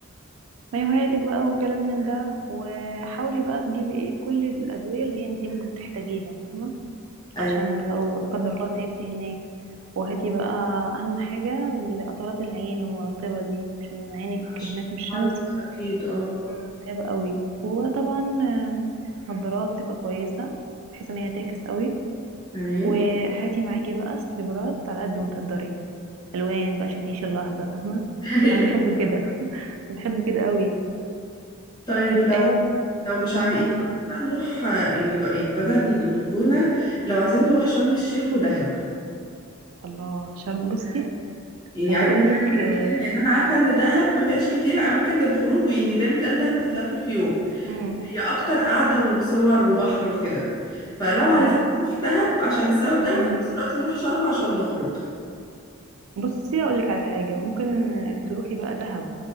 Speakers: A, on the right (about 75°); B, on the left (about 20°).
A: مايوهاتك بقى وكلام من ده وحاولي بقى تجيبي ايه كل الأدوية اللي انتي ممكن تحتاجيها فاهمة
B: ايوه
A: عشان لو لا قدر الله تعبتي هناك وهاتي بقى أهم حاجة قطرات العين المرطبة دي عشان عينك
B: عشان
A: هناك
B: المية
A: من الشمس
B: اكيد اه
A: متعب قوي وطبعا آه، نظارات تبقى كويسة بحيث ان هي تعكس قوي
B: تمام
A: وهاتي معاكي بقى سليبرات على قد ما تقدري الوان بقى عشان تعيشي اللحظة فاهمة
B: <laughs> ايوه
A: انا بحب كده <laughs> بحب كده قوي
B: طيب لو
A: إيه
B: لو مش عايز
A: مم.
B: بقى نروح آه، يعني بقى يعني بدل الجونة لو عايزين نروح شرم الشيخ ودهب
A: الله شرم بصي
B: يعني
A: عايزة
B: عايزة
A: اقولك
B: نعمل
A: إيه
B: رحلتين لان انا عارفة ان دهب ما فيهاش كتير اماكن للخروج يعني دايما اتقال دهب تتلف في يوم
A: مم.
B: هي اكتر قعده وصور وبحر وكده فلو عايزين
A: دهب
B: نروح دهب عشان السبب ده
A: مم.
B: وفي نفس الوقت نروح شرم عشان نخرج
A: بصي اقولك على حاجة ممكن آه، تروحي بقى دهب